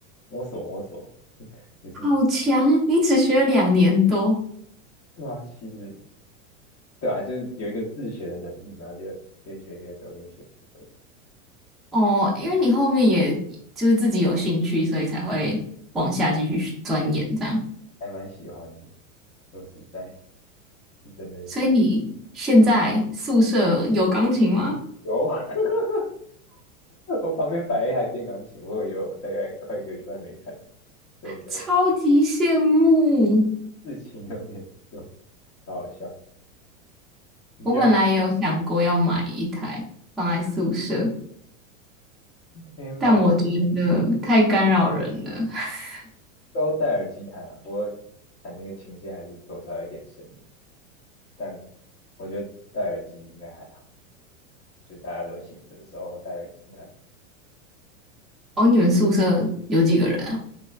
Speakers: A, on the left; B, in the centre.
A: 摸索摸索，<laughs> 就是
B: 好强，你只学了两年多。
A: 对啊，其实。对啊，就是有一个自学的能力，然后就越学越多，越学越多，
B: 哦，因为你后面也就是自己有兴趣，所以才会往下继续钻研这样。
A: 还蛮喜欢的。说实在，是真的喜
B: 所以你现在宿舍有钢琴吗？
A: 有，<laughs> 我旁边摆了一台电钢琴，我有大概快一个礼拜没弹。对，有
B: 超级羡慕！
A: 有事情有点多，超好笑。你这样
B: 我本来也有想过要买一台放在宿舍，
A: 可以嘛？
B: 但我觉得太干扰人了。<laughs>
A: 都戴耳机弹啊，不过弹那个琴键还是多少有点声音，但我觉得戴耳机应该还好，就大家都醒着的时候戴耳机弹。
B: 哦，你们宿舍有几个人啊？